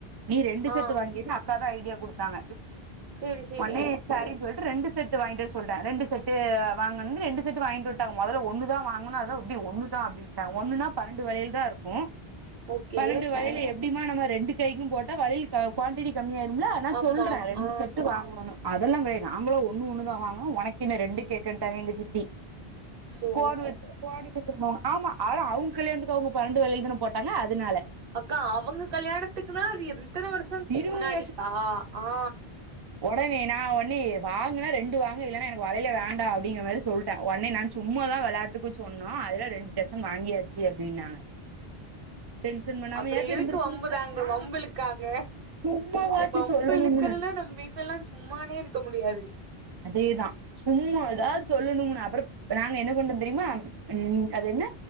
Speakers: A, on the right; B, on the right.
A: நீ ரெண்டு செட்டு
B: ஆ
A: வாங்கிருன் அக்கா தா ஐடியா குடுத்தாங்க
B: சேரி சேரி
A: ஒன்னே சரினு சொல்ட்டு ரெண்டு செட்டு வாங்கிட்டு வர சொல்டே ரெண்டு செட் டு வாங்கனுன்னு ரெண்டு செட்டு வாங்கிட் வந்டாங்க மொதல்ல ஒன்னுதா வாங்கணு அதா இப்டி ஒன்னுதா அப்படின்ட்டு இப்ப ஒன்னுன்னா பனெண்டு வளையல் தா இருக்கு
B: ஓகே
A: பனெண்டு வளையல் எப்டிமா நம்ம ரெண்டு கைக்கு போட்டா வளையல் குவான்டிட்டி கம்மியாயிரும்ல நா
B: ஆமா
A: சொல்றே ரெண்டு
B: ஆ
A: செட்டு வாங்குவோனு அதெல்லா கெடையாது நாங்களா ஒன்னு ஒன்னுதா வாங்கு உனக்கு என்ன ரெண்டு கேக்குன்ட்டாக எங்க சித்தி
B: சோ
A: கோடு வச்ச டிக்கு சொன்னாங்க ஆமா ஆனா அவங் கல்யாணத்துக்கு அவங்க பன்னெண்டு வளயல்தான போட்டாங்க அதுனால
B: அக்கா அவுங்க கல்யாணத்துக்குன்னா அது எத்தன வருஷ
A: இருவது
B: முன்னாடிக்கா ஆ
A: உடனே நா ஒன்னே வாங்குனா ரெண்டு வாங்க இல்லன்னா எனக்கு வகையலே வேண் டா அப்டிங்ற மாரி சொல்ட்டே ஒன்னே நா சும்மாதா வெளயாட்டுக்கு சொன்னோ அதுலா ரெண்டு டெசன் வாங்கியாச்சு அப்டின்னாங்க டென்ஷன் பண்ணாமயாது
B: அப்றோ எதுக்கு
A: இருந்திருக்கணும்ல
B: வம்புதாங்க
A: ஆ
B: வம்புழுக்காங்க
A: சும்மாவாச்சு
B: வம்பு
A: சொல்லணும்னு
B: இழுக்கலல்ல நம்ம வீட்லலா சும்மாவே இருக்க முடியாது
A: அதேதா சும்மா எதாது சொல்லணுனு அப்றோ நாங்க என்ன பண்ணோ தெரியுமா ம் அது என்ன